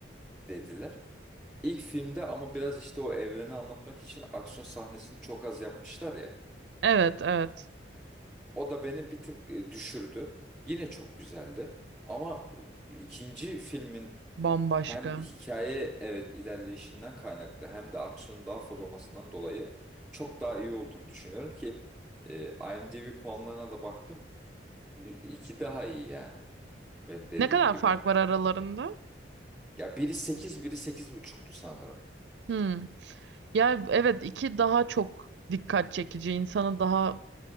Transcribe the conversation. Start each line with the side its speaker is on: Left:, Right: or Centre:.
Centre: dediler. İlk filmde ama biraz işte o evreni anlatmak için aksiyon sahnesini çok az yapmışlar ya.
Right: Evet, evet.
Centre: O da beni bir tık e, düşürdü. Yine çok güzeldi. Ama e, ikinci filmin
Right: Bambaşka.
Centre: hem hikaye evet ilerleyişinden kaynaklı hem de aksiyonun daha fazla olmasından dolayı çok daha iyi olduğunu düşünüyorum ki e, IMDb puanlarına da baktım. Bir- İki daha iyi yani benim dediğim
Right: Ne kadar
Centre: gibi.
Right: fark var aralarında?
Centre: Ya biri 8, biri sekiz buçuktu sanırım.
Right: Hmm. Ya evet iki daha çok dikkat çekici, insanı daha